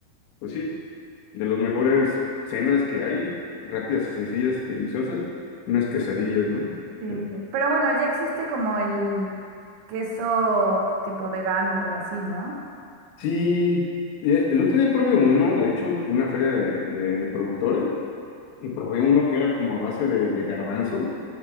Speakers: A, on the left; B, on the right.
A: pues sí, de las mejores cenas que hay, rápidas y sencillas y deliciosas, unas quesadillas, ¿no?
B: Sí,
A: Eh,
B: pero bueno, ya existe como el queso tipo vegano o así, ¿no?
A: Sí, eh, el otro día probé uno, de hecho, una feria de, de- de productores, y probé uno que era como a base de, de garbanzo,